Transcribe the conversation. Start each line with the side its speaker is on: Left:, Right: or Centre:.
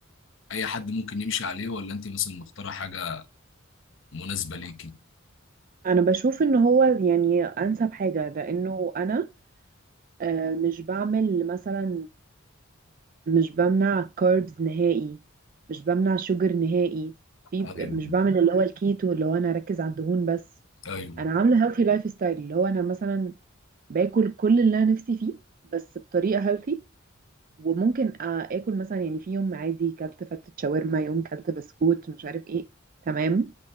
Left: اي حد ممكن يمشي عليه ولا انت مثلا مختارة حاجة مناسبة ليكي
Right: انا بشوف ان هو يعني انسب حاجة لانه انا آه، مش بعمل مثلا مش بمنع كاربز نهائي مش بمنع شوجر نهائي في
Left: ايوه
Right: مش بعمل اللي هو الكيتو اللي هو انا اركز على الدهون بس
Left: ايوه
Right: انا عامله هيلثي لايف ستايل اللي هو انا مثلا باكل كل اللي انا نفسي فيه بس بطريقه هيلثي وممكن آ- اكل مثلا يعني في يوم عادي كلت فتة شاورما يوم كلت بسكوت مش عارف ايه تمام